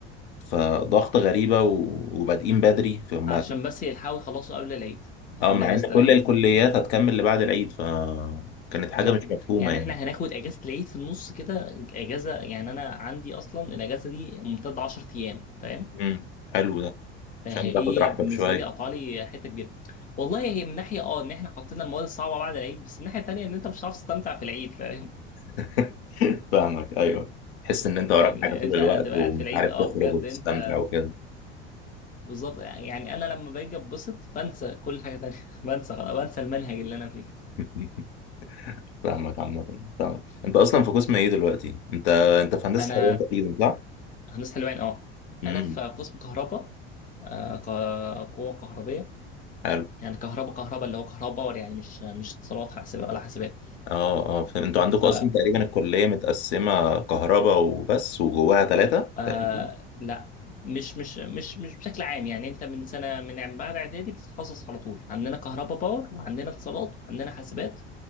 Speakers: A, on the left; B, on the left.
A: فضغط غريبه و- وبادئين بدري فما
B: علشان بس يلحقوا يخلصوا قبل العيد
A: اه
B: قبل
A: مع
B: اجازة
A: ان كل
B: العيد
A: الكليات هتكمل لبعد العيد فكانت حاجه
B: بالظبط
A: مش مفهومه
B: يعني
A: يعني
B: احنا هناخد اجازة العيد في النص كده اجازة يعني انا عندي اصلا الاجازة دي ممتدة 10 ايام فاهم
A: امم حلو ده
B: فهي
A: عشان تاخد راحتك
B: بالنسبة
A: شويه
B: لي قطع لي حتة كبيرة والله هي من ناحية اه ان احنا حطينا المواد الصعبة بعد العيد بس من ناحية تانية ان انت مش هتعرف تستمتع في العيد فاهم
A: <laughs> فاهمك ايوه تحس ان انت
B: يعني
A: وراك حاجه طول
B: انت
A: الوقت
B: هتبقى
A: ومش
B: قاعد في العيد
A: عارف
B: اه
A: تخرج
B: بجد
A: وتستمتع
B: انت
A: وكده
B: بالظبط يعني انا لما باجي اتبسط بنسى كل حاجه تانية <laughs> بنسى خلاص بنسى المنهج اللي انا فيه
A: <laughs> فاهمك عامه فاهمك انت اصلا في قسم ايه دلوقتي انت انت في هندسه
B: انا
A: حلوان تقريبا صح
B: هندسه حلوان اه
A: امم
B: انا في قسم كهرباء آه، ق- قوه كهربيه
A: حلو
B: يعني كهرباء كهرباء اللي هو كهرباء يعني مش مش اتصالات حاسبه ولا حاسبات
A: اه اه فاهم. انتوا عندكم
B: ف
A: اصلا تقريبا الكليه متقسمه كهرباء وبس وجواها ثلاثه
B: آه
A: تقريبا
B: لا مش مش مش مش بشكل عام يعني انت من سنه من بعد اعدادي بتتخصص على طول عندنا كهرباء باور وعندنا اتصالات وعندنا حاسبات